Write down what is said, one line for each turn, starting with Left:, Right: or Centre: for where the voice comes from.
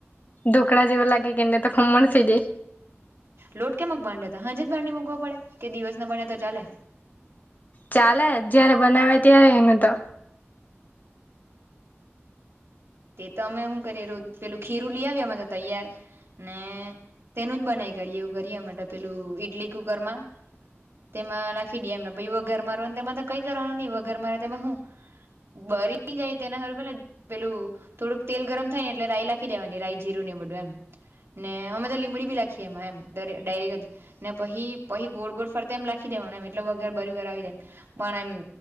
Left: તો કડા જેવા લાગે કેને તો ખમન થઈ જાય
Right: લોટ કે મક બાડે હજે જ બાડી મૂકવો પડે કે દિવસ ના બને તો ચાલે
Left: ચાલે જયારે બનાવે ત્યારે એનું તો
Right: તે તો અમે શું કરીએ પેલું ખીરું લઈ આવીએ અમાં તો તૈયાર ને તેનું જ બનાવી ગળી એવું કરી માટે પેલું ઈડલી કુકર માં તેમાં રાખી દીએ એમનમ પછી વગાર મારવા તેમાં તો કઈ કરવાનું નહી વગાર મારે તેમાં હું બરી જાય તેને પેભૂ થોડુંક તેલ ગરમ થાય ને એટલે રાાય નાખી દેવાની રાય જીરું ને બધું એમ ને અમે તોા લીમડી બી લખીએ એમાં એમ ડાયરેક જ ને પહિ પહિ ગોળ ગોળ ફરતા એમ લખી એટલે વગર બરી બવી દે પણ એમ